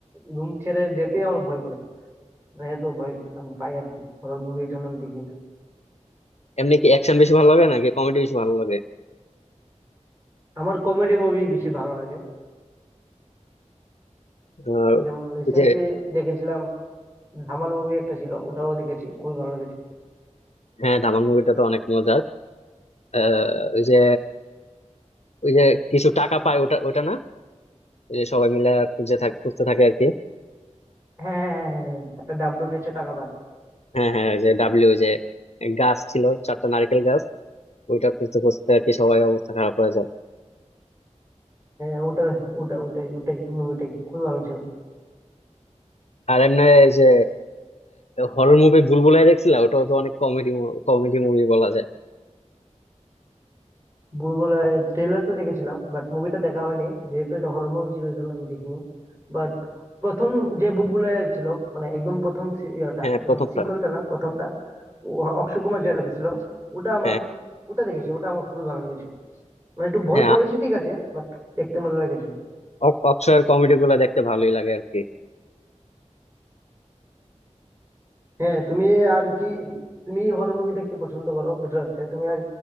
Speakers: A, on the right; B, on the left.
A: রুম ছেড়ে যেতেই আমার ভয় করে মানে এত ভয় আমি পাই আর কি হরর মুভি এই জন্য আমি দেখি না
B: এমনি কি অ্যাকশন বেশি ভালো লাগে নাকি কমেডি বেশি ভালো লাগে
A: আমার কমেডি মুভি বেশি ভালো লাগে
B: আহ,
A: যেমন রিসেন্টলি
B: ওই যে
A: দেখেছিলাম ধামাল মুভি একটা ছিল ওটাও দেখেছি খুবই ভালো লেগেছে
B: হ্যাঁ ধামাল মুভিটা তো অনেক মজার আহ, ওই যে ওই যে কিছু টাকা পায় ওটা ওটা না ওই যে সবাই মিলে খুঁজে থাকে খুঁজতে থাকে আর কি
A: হ্যাঁ হ্যাঁ হ্যাঁ হ্যাঁ, হ্যাঁ, একটা ডাবলু নিচে টাকা পায়
B: হ্যাঁ হ্যাঁ ওই যে ডাব্লিউ যে গাছ ছিল চারটা নারকেল গাছ ওইটা খুঁজতে খুঁজতে আর কি সবাই অবস্থা খারাপ হয়ে যায়।
A: হ্যাঁ ওটা ওটা ওটাই ওটাই মুভিটাই খুবই ভালো ছিল
B: আর এমনি এই যে হরর মুভি বুলবুলাই দেখছিলা ওটাও তো অনেক কমেডি কমেডি মুভি বলা যায়
A: বুলবুল ট্রেলার তো দেখেছিলাম বাট মুভিটা দেখা হয়নি যেহেতু এটা হরর মুভি ছিল ওই জন্য আমি দেখিনি বাট প্রথম যে বুলবুলের ছিল মানে একদম প্রথম সি- ইয়েটা
B: হ্যাঁ প্রথমটা
A: সিকুয়েলটা না প্রথমটা ও অক্ষয় কুমার যেটাতে ছিল ওটা আমার
B: হ্যাঁ
A: ওটা দেখেছি ওটা আমার খুবই ভালো লেগেছে মানে একটু ভয়
B: হ্যাঁ
A: করেছি ঠিক আছে বাট দেখতে মজা লেগেছে
B: অ- অক্ষয়ের কমেডি গুলা দেখতে ভালোই লাগে আর কি
A: হ্যাঁ তুমি আর কি তুমি হরর মুভি দেখতে পছন্দ করো বুঝতে পারছি তুমি আর